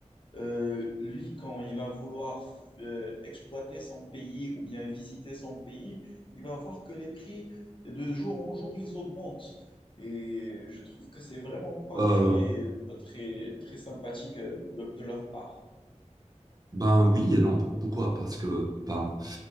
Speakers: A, on the left; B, on the right.
A: euh, lui, quand il va vouloir euh, exploiter son pays ou bien visiter son pays, il va voir que les prix, de jour en jour, ils augmentent. Et je trouve que c'est vraiment pas
B: Euh,
A: très, pas très, très sympathique euh, de, de leur part.
B: ben oui et non. Pourquoi? Parce que ben,